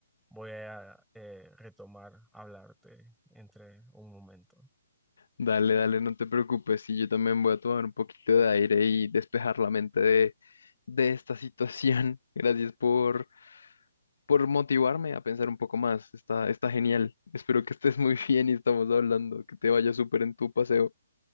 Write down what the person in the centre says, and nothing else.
voy a eh, retomar hablarte entre un momento.